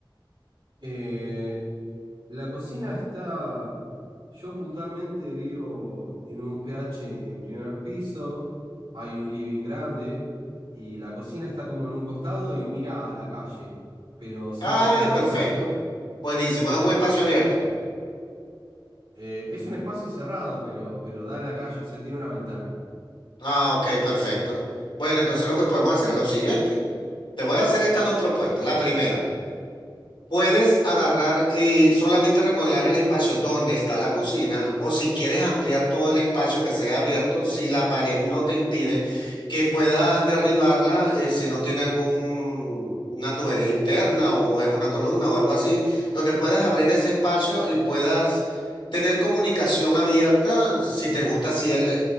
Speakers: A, on the right (about 80°); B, on the left (about 70°).
A: Eh, La cocina está, yo puntualmente vivo en un PH en primer piso, hay un living grande y la cocina está como en un costado y mira a la calle, pero sí
B: Ay,
A: tiene todo,
B: perfecto. Buenísimo, es un espacio abierto.
A: eh, es un espacio cerrado, pero, pero da a la calle, o sea, tiene una ventana.
B: Ah, ok, perfecto. Bueno, entonces lo que podemos hacer es lo siguiente. Te voy a hacer estas dos propuestas. La primera. Puedes agarrar y solamente remodelar el espacio donde está la cocina o si quieres ampliar todo el espacio que sea abierto, si la pared no te impide que puedas derribarla, eh, si no tiene alguna tubería interna o es una columna o algo así, donde puedas abrir ese espacio y puedas tener comunicación abierta si te gusta así el, eh,